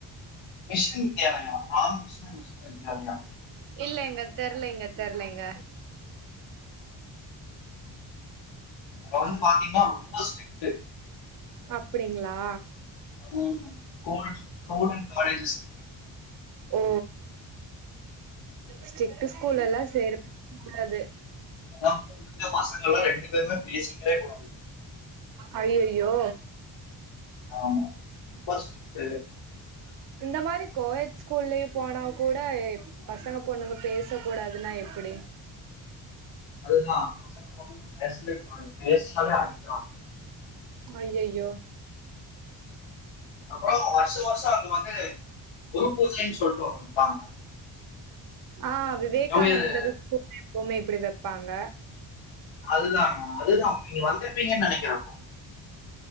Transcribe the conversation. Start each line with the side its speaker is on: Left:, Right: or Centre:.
Left: விஷூ வித்யாலயா ராமகிருஷ்ணன் விஷூ வித்யாலயா
Right: இல்லங்க தெர்லங்க தெர்லங்க
Left: அது வந்து பாத்தீங்ன்னா ரொம்ப ஸ்ட்ரிட்டு
Right: அப்டிங்களா
Left: ம் ஸ்கூல் ஸ்கூல் அண்ட் காலேஜஸ்ல
Right: ஓ ஸ்டிட்டு ஸ்கூல் எல்லா சேரு கூடாது
Left: வா பொண்ணுங்க பசங்க எல்லா ரெண்டு பேருமே பேசிக்கவே கூடாது
Right: ஐயையோ
Left: ஆமா அப்பா ஸ்ரிக்ட்டு
Right: இந்த மாரி கோயட்ஸ் கூல்லயு போனா கூட பசங்க பொண்ணுங்க பேசக்கூடாதுனா எப்பிடி
Left: அதுதா பசங்க பொண்ணுங்க பேசவே கூடாது பேசுனாலே அடிதா
Right: ஐயையோ
Left: அப்றோ வர்ஷ வர்ஷ அவங்க வந்து குரு பூஜைன் சொல்ட்டு ஒன்னு வப்பாங்க
Right: ஆ விவேகானந்தர்
Left: இயர்
Right: <inaudible> எப்போமே இப்டி வப்பாங்க
Left: அதுதா அதுதா நீங்க வந்துருப்பீங்கன்னு நெனக்கிறே அப்போ